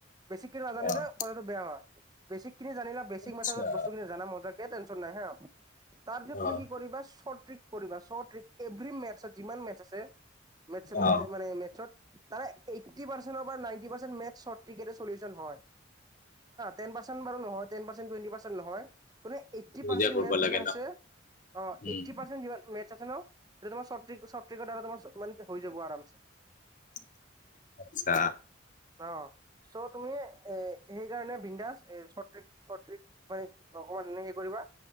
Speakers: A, on the right; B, on the left.
A: বেছিকখিনি নাজানিলে
B: অ'
A: কথাটো বেয়া হ হয়, বেছিখিনি জানিলে। বেচিক
B: আচ্ছা
A: মেঠদত বস্তু বিলাক জানা মজাকে টেনচন নাই হা৷ তাৰ পাছত
B: অ'
A: তুমি চৰট ট্ৰিক কৰিবা চৰট ট্ৰিক এভৰি মেথচত যিমান মেথচ আছে৷ মেথচ
B: অ'
A: মানে মেথচত তাৰে এইটি পাৰ্চেন্ট পৰা নাইটি পাৰ্চেন্ট মেথচ চৰট টিকেটৰ <unintelligible> চলিউচন হয় তেন পাৰ্চেন বাৰু নহয় তেন পাৰ্চেন টুৱেন্টি পাৰ্ছেন নহয়। মানে এইটি
B: নিজে
A: পাৰ্চেন্ট
B: কৰিব
A: মে যিবিলাক
B: লাগে ন
A: আছে, অ
B: উম।
A: এইটি পাৰ্চেন্ট মেথচ আছে ন তোমাৰ চৰট ট্ৰি চৰট ট্ৰিকত ৰ মানে হৈ যাব আৰামচে৷
B: <inaudible> আচ্ছা
A: অ চ' তুমি এ সেইকাৰণে বিন্ন্দাস এ চচ্ৰিক- চট্ৰিক মানে অকমান এ হে কৰিবা।